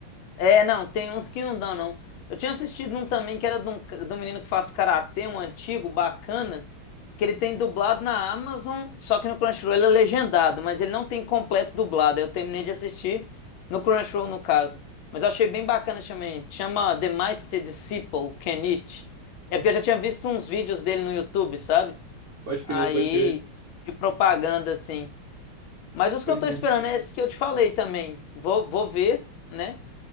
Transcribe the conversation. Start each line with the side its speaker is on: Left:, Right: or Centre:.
Left: É, não, tem uns que não dão, não. Eu tinha assistido um também que era de um, ca- de um menino que faz karatê, um antigo, bacana, que ele tem dublado na Amazon, só que no Crunchyroll ele é legendado, mas ele não tem completo dublado. Aí Eu terminei de assistir no Crunchyroll, no caso. Mas eu achei bem bacana também. Chama The Master Disciple Kenichi. É porque eu já tinha visto uns vídeos dele no YouTube, sabe?
Right: Pode
Left: Aí,
Right: crer, pode crer,
Left: de propaganda, assim. Mas os
Right: pode
Left: que eu tô
Right: crer.
Left: esperando é esses que eu te falei também. Vou, vou ver, né?